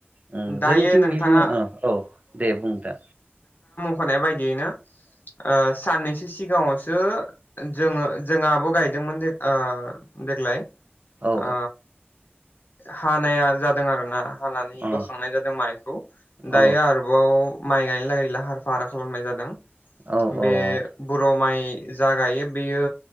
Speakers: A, on the right; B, on the left.
A: ओ
B: दायो
A: जोंनिथिं
B: नोंथाङा
A: बिदिनो औ औ दे बुं दा
B: खनाय बायदि बिनो ओ साननैसो सिगाङाव दो जोङो जोंङो आब गायदों मोन जे ओ देग्लाय
A: ओ औ
B: आ हानाया जादों आरो ना हा
A: अ औ
B: बोखांनाय जादों माइखौ दायो
A: औ
B: आरोबाव माइ गायनो लागै लाहार फाहार खालामनाय जादों।
A: औ
B: बे बर माइ जागायो बेयो